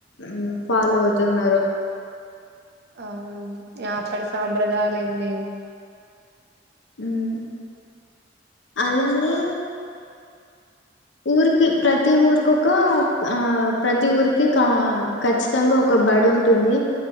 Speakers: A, on the left (about 75°); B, on the right (about 60°).
A: ఉమ్ ఫాలో అవుతున్నరు
B: అవునండి ఇగప్పటి సాంప్రదాయాలు ఏం లేవు.
A: ఉమ్ అలానే ఊరికి ప్రతి ఊరికోక ఆ ప్రతి ఊరికి క ఖచ్చితంగ ఒక బాడుంటుంది